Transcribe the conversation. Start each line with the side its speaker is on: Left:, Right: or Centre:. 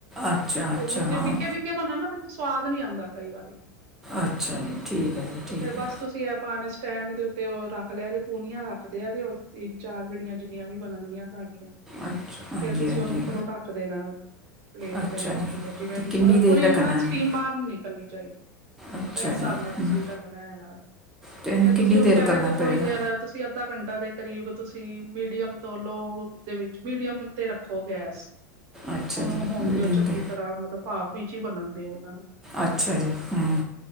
Centre: ਅੱਛਾ
Right: ਤੇ
Centre: ਅੱਛਾ
Right: ਫੇਰ
Centre: ਹਾਂ
Right: ਜੇ ਫਿੱਕੇ-ਫਿੱਕੇ ਬਣਨ ਨਾ ਫੇਰ ਓ ਸਵਾਦ ਨੀ ਆਂਦਾ ਕਈ ਵਾਰੀ।
Centre: ਅੱਛਾ ਜੀ। ਠੀਕ ਐ ਜੀ।
Right: ਤੇ
Centre: ਠੀਕ
Right: ਫੇਰ ਬਸ
Centre: ਹੈ
Right: ਤੁਸੀ ਐ ਪਾਨ ਏੱਚ ਸਟੈਂਡ ਦੇ ਉੱਤੇ ਓ ਰੱਖ ਲਿਆ ਜੇ ਪੂਨੀਯਾਂ ਰੱਖਦੇ ਆ ਜੇ ਓ ਤਿੰਨ-ਚਾਰ ਜੇੜੀਆਂ ਜਿੰਨੀਆਂ ਵੀ ਬਣਨਗੀਆਂ। ਸਾਡੀਆਂ,
Centre: ਅੱਛਾ ਹਾਂਜੀ
Right: ਫੇਰ ਤੁਸੀ
Centre: ਹਾਂਜੀ
Right: ਓਨੂੰ ਉੱਪਰੋਂ ਢੱਕ ਦੇਣਾ ਵੇ। ਪਲੇਟ
Centre: ਅੱਛਾ
Right: ਦੇ ਨਾਲ
Centre: ਜੀ
Right: <unintelligible> ਜਿਵੇਂ
Centre: ਤੇ
Right: ਵੀ
Centre: ਕਿੰਨੀ
Right: ਮਤਲਬ ਪੂਰੀ
Centre: ਦੇਰ ਰੱਖਣਾ
Right: ਏਨਾਂ ਸਟੀਮ
Centre: ਹੈ
Right: ਬਾਰ ਨ ਨਿਕਲਣੀ ਚਾਈਦੀ
Centre: ਅੱਛਾ
Right: ਮਤਲਬ ਏਸ
Centre: ਜੀ
Right: ਢੰਗ ਨਾਲ ਤੁਸੀ
Centre: ਹੂੰ,
Right: ਢੱਕਣਾ ਹੈਗਾ।
Centre: ਤੇ ਇਹਨੂੰ
Right: ਫੇਰ ਤੁਸੀ
Centre: ਕਿੰਨੀ
Right: ਓਨੂੰ
Centre: ਦੇਰ
Right: ਪੈਲੇ
Centre: ਕਰਨਾ
Right: ਤੇ ਥੋੜੀ
Centre: ਪਏਗਾ
Right: ਦੇਰ ਤੁਸੀ ਅੱਧਾ ਘੰਟਾ ਦੇ ਕਰੀਬ ਤੁਸੀ ਮੀਡੀਅਮ ਤੋਂ ਲੋਅ ਦੇ ਵਿੱਚ ਮੀਡੀਅਮ ਤੇ ਰੱ ਖੋ ਗੈਸ।
Centre: ਅੱਛਾ
Right: ਓਨੂੰ
Centre: ਜੀ
Right: ਹੋਨ
Centre: ਮੀਡੀਅਮ
Right: ਦਿਓ ਚੰਗੀ
Centre: ਤੇ
Right: ਤਰ੍ਹਾਂ ਮਤਲਬ ਭਾਫ ਵਿੱਚ ਈ ਬਣਨ ਦਿਓ ਓਨ੍ਹਾਂ ਨੂੰ।
Centre: ਅੱਛਾ ਜੀ, ਹੂੰ।